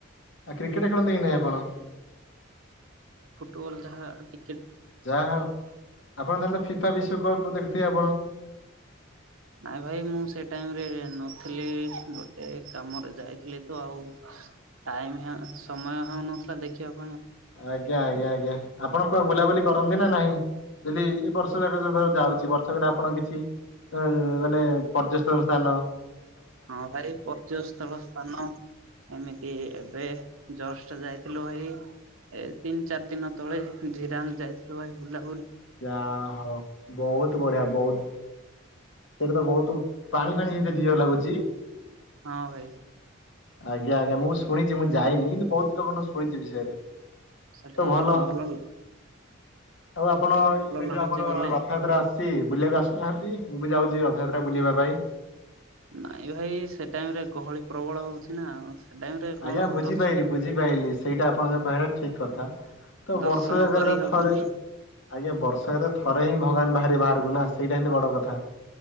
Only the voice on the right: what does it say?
ଟୋଲ ଯାହା ଟି
ନାଇଁ ଭାଇ ମୁଁ ସେ ଟାଇମରେ ନଥିଲି ଗୋଟେ କାମରେ ଯାଇଥିଲି ତ ଆଉ ଟାଇମ ହଁ ସମୟ ହଉନଥିଲା ଦେଖିବାକୁ।
ହଁ ଭାଇ ପର୍ଯ୍ୟସ୍ଥଳ ସ୍ଥାନ ଏମିତି ଏବେ ଜଷ୍ଟ ଯାଇଥିଲୁ ଭାଇ ଏ ତିନି ଚାରି ଦିନ ତଳେ ଜିରାଙ୍ଗ ଯାଇଥିଲୁ ଭାଇ ବୁଲା
ହଁ ଭାଇ।
ସେଠି
ମଲଲ
ଲାଗୁଛି
ଗଲେ
ନାଇଁ ଭାଇ ସେ ଟାଇମ ରେ ଗହଳି ପ୍ରବଳ ହଉଛି ନା ସେ ଟାଇମ ରେ କଣ
ଦର୍ଶ
ଦର୍ଶନ
କରିହବନି